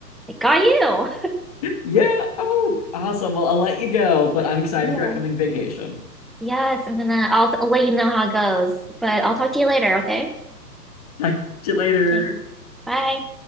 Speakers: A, in the centre; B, on the left (about 20°).
A: I got you.
B: Yeah. Oh, awesome. Well, I'll let you go, but I'm excited
A: Yeah.
B: for your upcoming vacation.
A: Yes, I'm gonna, I'll, I'll let you know how it goes, but I'll talk to you later, okay?
B: Talk to you later.
A: Okay, bye.